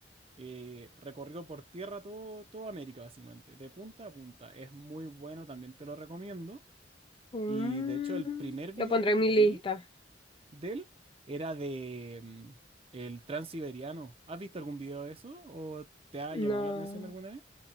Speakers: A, on the right; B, on the left.
A: Eh, recorrió por tierra todo, toda América, básicamente, de punta a punta. Es muy bueno, también te lo recomiendo.
B: mm,
A: Y de hecho, el primer video
B: lo pondré
A: que
B: en
A: vi
B: mi lista.
A: de él era de mm, el Transiberiano. ¿Has visto algún video de eso o te ha
B: No,
A: llamado la atención alguna vez?